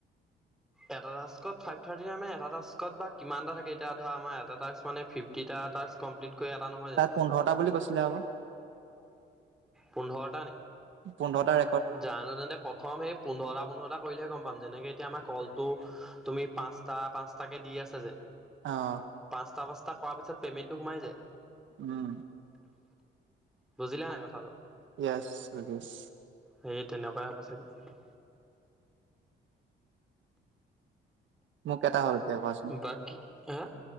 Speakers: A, in the centre; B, on the right.
A: এটা টাস্কত ফাইভ থাৰ্টি <unintelligible> মানে এটাটাস্কত বা কিমান টা থাকে এতিয়া ধৰা আমাৰ টাস্ক মানে ফিফ্ট তিটা টাস্ক কমপ্লিট কৈ এটা নহয়
B: তাত
A: জানো?
B: পোন্ধৰটা বুলি কৈছিলে আকৌ
A: পোন্ধৰটা নি?
B: পোন্ধৰ তাৰ
A: জানো তেন্তে প্ৰথম হেই পোন্ধৰটা-পোন্ধৰটা কৰিলেহে গম পাম, যেনেকে এতিয়া আমাৰ কলটো তুমি পাঁচটা, পাঁচটাকে দি আছা যে
B: অ
A: পাঁচটা পাঁচটা কৰা পিছত পেমেণ্টটো সোমাই যে।
B: উম।
A: বুজিলা নাই কথাটো?
B: Yes I guess.
A: সেই তেনেকুৱাই হ'ব চাগে
B: মোৰ কেইটা হ'ল এতিয়া কোৱাচোন
A: বাকী হা